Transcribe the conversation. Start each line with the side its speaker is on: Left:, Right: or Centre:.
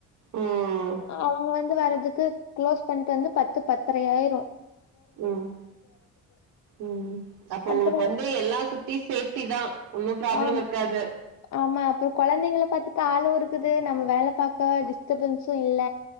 Right: ம்
Left: அவங்க வந்து வர்துக்கு க்ளோஸ் பண்ணிட்டு வந்து பத்து பத்தரையாயிரு
Right: ம் ம் அப்ப
Left: அப்புறோ
Right: உங்ளுக்கு வந்து எல்லா சிப் டி சேஃப்டி தா ஒன்னு ப்ராப்ளம்
Left: ஆம்
Right: இருக்காது
Left: ஆமா அப்போ கொழந்தைங்கள பாத்துக்க ஆளு இருக்குது நம்ம வேலை பார்க்க டிஸ்டபன்ஸு இல்ல